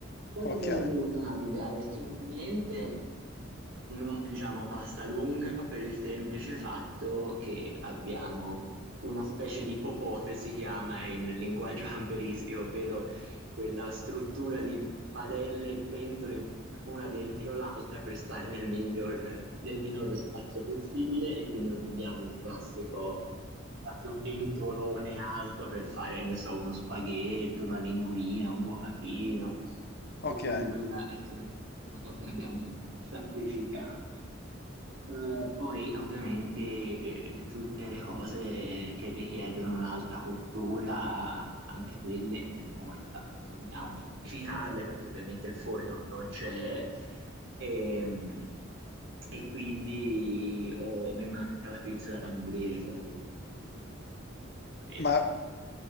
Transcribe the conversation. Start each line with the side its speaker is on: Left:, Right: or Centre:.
Right: Cosa
Left: ok,
Right: abbiamo dovuto cambiare? Sicuramente non mangiamo pasta lunga per il semplice fatto che abbiamo una specie di popote si chiama in linguaggio camperistico, ovvero quella struttura di padelle e pentole una dentro l'altra per stare nel miglior, nel minor spazio possibile e quindi non abbiamo il classico, il classico pentolone alto per fare, che ne so, uno spaghetto, una linguina, un bucatino
Left: ok.
Right: e quindi quella è sicuramente una cosa che abbiamo sacrificato. Eh, poi ovviamente eh, tutte le cose che richiedono un'alta cottura, anche quelle per forza bisogna amplificarle perché ovviamente il forno non c'è e, e quindi oh, mi manca la pizza da morire, Flavio. Mi manca la pizza da morire.
Left: Ma